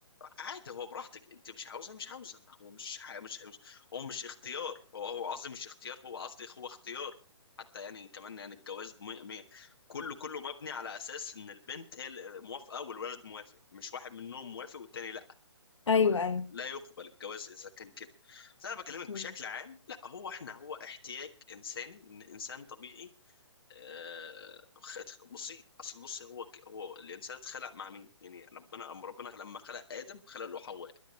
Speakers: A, on the left; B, on the left.
A: عادي هو براحتك أنت مش عاوزة مش عاوزة هو مش ح- مش مش هو مش اختيار هو هو قصدي مش اختيار هو قصدي هو اختيار حتى يعني كمان يعني الجواز مية مية كله كله مبني على اساس ان البنت هي اللي موافقه والولد موافق مش واحد منهم موافق والتاني لا
B: ايوه
A: فما-
B: ايوه
A: لا يقبل الجواز اذا كان كده بس انا بكلمك
B: مم.
A: بشكل عام لا هو احنا هو احتياج انساني لان انسان طبيعي آه، خ- بصي اصل بصي هو ك- هو الانسان اتخلق مع مين يعني ربنا أم ربنا لما خلق ادم خلق له حواء